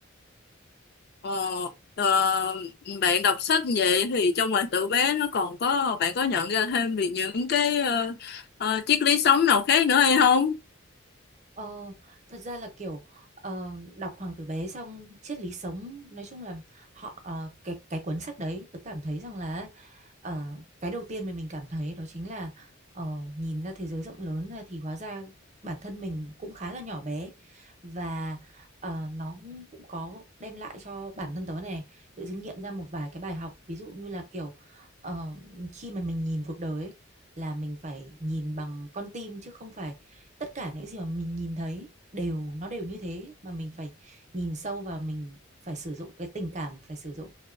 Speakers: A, on the left; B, on the right.
A: ờ, ờ, bạn đọc sách vậy thì trong bạn tử bé nó còn có, bạn có nhận ra thêm về những cái ờ, ờ, triết lý sống nào khác nữa hay không?
B: Ờ, thật ra là kiểu ờ, đọc Hoàng tử bé xong triết lý sống nói chung là họ ờ, cái cái cuốn sách đấy tớ cảm thấy rằng là ờ, cái đầu tiên mà mình cảm thấy đó chính là ờ, nhìn ra thế giới rộng lớn ra thì hóa ra bản thân mình cũng khá là nhỏ bé và ờ, nó cũng có đem lại cho bản thân tớ này tự dưng nghiệm ra một vài cái bài học ví dụ như là kiểu ờ, khi mà mình nhìn cuộc đời ấy, là mình phải nhìn bằng con tim chứ không phải tất cả những gì mà mình nhìn thấy đều nó đều như thế mà mình phải nhìn sâu vào mình phải sử dụng cái tình cảm phải sử dụng